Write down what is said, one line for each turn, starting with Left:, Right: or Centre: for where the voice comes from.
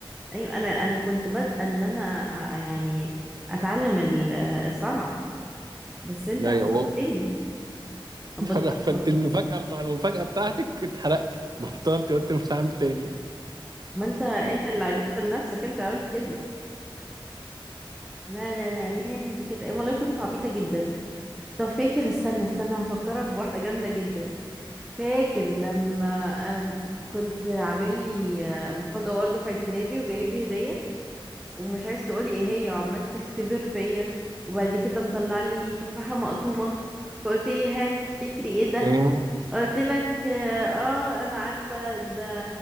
Centre: ايوه انا انا كنت بادئه ان انا أ- يعني اتعلم ال- الصنعه بس انت
Right: ايوه
Centre: هبطتني هبطتني
Right: <laughs> فانت
Centre: والله.
Right: المفاجأة مع المفاجأة بتاعتك اتحرقتي بطلت قلت مش هعمل تاني يعني
Centre: ما انت انت اللي عجبت لنفسك انت عملت كده لا لا لا يا دي كانت والله كنت عبيطه جدا طب فاكر استنى استنى هفكرك بواحده جامده جدا فاكر لما أم، كنت عامل لي آه، مفاجاه برضه في عيد ميلادي وجايب لي هديه ومش عايز تقولي ايه هي وعمال تختبر فيا وبعد كده مطلع لي تفاحة مقطومة فقلت لي هات تفتكري ايه ده
Right: مم.
Centre: قلت لك اه آه، انا عارفة ده